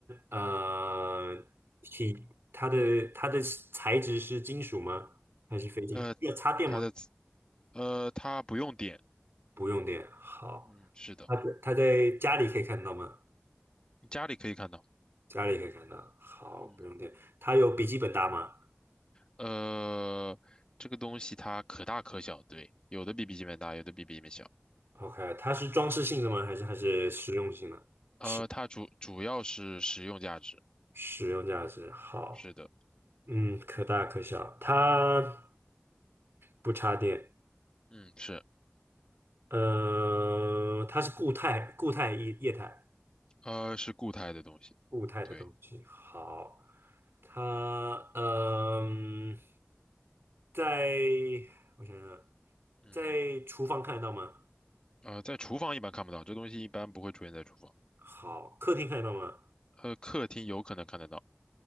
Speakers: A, on the right (about 75°); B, on the left (about 25°).
A: 呃体它的它的材质是金属吗？还是非金属？
B: 呃，
A: 要插电吗？
B: 它的呃，它不用点。
A: 不用电。好，
B: 嗯，是的，
A: 它在它在家里可以看到吗？
B: 你家里可以看到。
A: 家里可以看到。好，
B: 嗯。
A: 不用电。它有笔记本大吗
B: 呃，这个东西它可大可小，对，有的比笔记本大，有的比笔记本小。
A: ？OK，它是装饰性的吗？还是还是实用性的？
B: 呃，
A: 实
B: 它主主要是实用价值，
A: 实用价值。好，
B: 是的，
A: 嗯，可大可小。它不插电。
B: 嗯，是，
A: 呃，它是固态、固态液液态。
B: 呃，是固态的东西，
A: 固态的东西。
B: 对，
A: 好，它嗯，在我想想，
B: 嗯，
A: 在厨房看得到吗？
B: 呃，在厨房一般看不到，这东西一般不会出现在厨房，
A: 好，客厅看得到吗？
B: 呃，客厅有可能看得到，